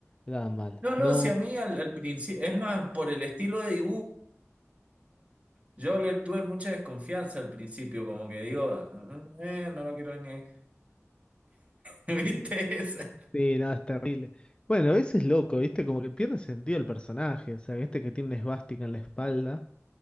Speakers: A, on the left (about 20°); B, on the right (about 25°).
A: No Nada mal.
B: No, no,
A: No,
B: si a mí al, principio. Es más, por el estilo de dibujo, yo le tuve mucha desconfianza al principio. Como que digo, "Ah, "Eh, no lo quiero ver ni ahí". <laughs> ¿Viste esa?
A: sí, nada, es terrible. Bueno, ese es loco, ¿viste? Como que pierde sentido el personaje. O sea, este que tiene una esvástica en la espalda.